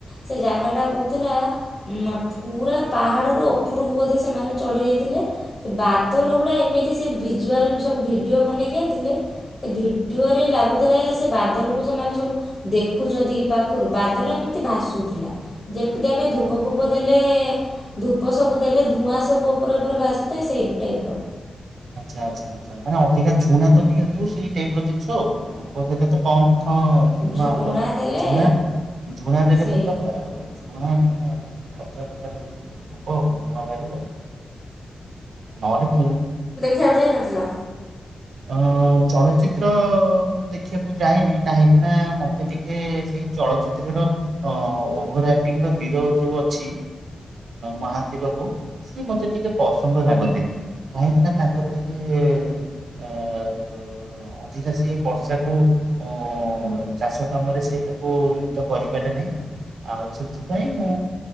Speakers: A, on the left; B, on the right.
A: ସେ ଜାଗା ଟା କହୁଥିଲା ଉ ପୁରା ପାହାଡ ର ଉପରକୁ ବୋଧେ ସେମାନେ ଚଢିଯ ବାଦୁଲା ଗୁଡା ଏମିତି ଭିଜୁଲ ସବୁ ଭିଡି ବନେଇକିଥିଲେ ଭିଡିଓରେ ଲାଗୁଥିଲା ସେ ବାଦଲ କୁ ସେମାନେ ସବୁ ଦେଖୁଛନ୍ତି କି ପାଖରୁ ବାଦଲ ଏମିତି ଭାସୁଥିଲା, ଯେମିତି ଆମେ ଧୂପ
B: ଓହୋ।
A: ଫୂପ ଦେଲେ ଧୂପ ସବୁ ଦେଲେ ଧୂଆଁ ସବୁ ଉପରେ ଉପରେ ଭାସୁଥାଏ, ସେଇ ଟାଇପ ର
B: ଆଛା ଆଛା ଆଛା ମାନେ ଅଧିକା ଝୁଣା ତ ବି ସେଇ ଟାଇପ ର ଜିନିଷ ଆଉ <unintelligible> ଧଆଁ
A: ଝୁଣା ଦେଲେ
B: ଝୁଣା ଝୁଣା ଦେଖ
A: ସେଇ
B: ତ ପୁରା ପୁରା ଝୁଣାଟ ଅଧ୍ୟାପକ ଉ ଧୂଣ ବାହାରିବ ନଅଟି ପୁ
A: ଖଉ ଯାଇ ନଥିଲ?
B: ଅ ଚଳଚିତ୍ର ମୁଁ ଦେଖିବାକୁ ଯାଏନି କାହିଁକି ନା ମତେ ଟିକେ ସେଇ ଚଳଚିତ୍ରର ଅ ଓଘରା ହିରୋ ଯୋଉ ଅଛି, ମହାନ୍ତି ବାବୁ ସି ମତେ ଟିକେ ପସନ୍ଦ ଲାଗନ୍ତିନି କାହିଁକି ନା ତାଙ୍କର ଟିକେ ଅ ଅଧିକା ସେ ବର୍ଷାକୁ ଅ ଚାଷ କାମରେ ସେ ତାକୁ ଲିପ୍ତ କରିପାରେ ନାହିଁ ଆଉ ସେଥିପାଇଁ ନା